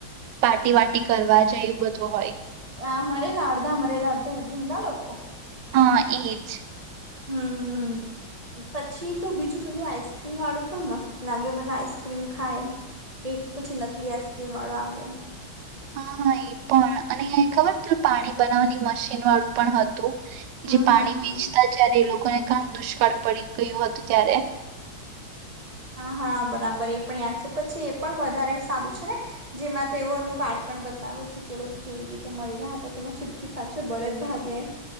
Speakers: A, on the right; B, on the right.
A: પારટી વાટી કરવા જાય એવું બધું હોય
B: હા મરે લાડદ મરે લાડતા જિંદા લોકો
A: હા એજ
B: હમ હ પછી તો બીજું પેલું આઈસ્ક્રીમ વાળું પણ મસ્ત લાગે બધા આઈસ્ક્રીમ ખાય એક પછી નકલી આઈસક્રીમ વાળો આવે
A: હા હા એ પણ અને ખબર ત પાણી બનાવવાની મશીન વાળું પણ હતું
B: હમ
A: જે પાણી
B: હમ હમ.
A: વેચતા જય્યારે એ લોકોને કણ દુષ્કાળ પડી ગયયો હતું ક્યારે
B: હા હા બરાબર એ પણ યાદ છે પછી એ પણ વધારે સારું છે ને જેમાં તેઓનું બાળ પણ બતાવે છે કે લોકો કેવી રીતે મળી રહ્યા હતા તેમાં છૂટકી પાછો બળદ ભાગે